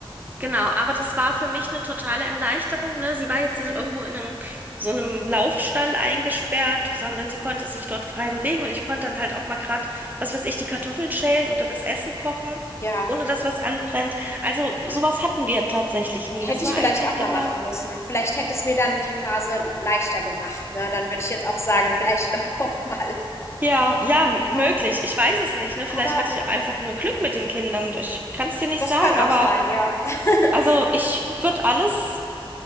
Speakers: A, on the right; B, on the left.
A: genau, aber das war für mich eine totale Erleichterung, ne? Sie war jetzt
B: Mhm.
A: nicht irgendwo in einem, so einem Laufstall eingesperrt, sondern sie konnte sich dort frei bewegen und ich konnte dann halt auch mal grad, was weiß ich, die Kartoffeln schälen oder das Essen kochen,
B: Ja,
A: ohne dass was anbrennt. Also sowas hatten wir tatsächlich nie.
B: hätte
A: Das war
B: ich vielleicht
A: eigentlich
B: auch
A: immer.
B: mal machen müssen. Vielleicht hätte es mir dann die Phase leichter gemacht, ne? Dann würde ich jetzt auch sagen: <laughs> „Vielleicht noch mal.“
A: Ja, ja, m- möglich.
B: Ja,
A: Ich weiß es nicht, ne? Vielleicht
B: aber
A: hatte ich auch einfach nur Glück mit den Kindern. Ich kann es dir nicht
B: das
A: sagen,
B: kann auch
A: aber
B: sein, ja. <laughs>
A: also ich würde alles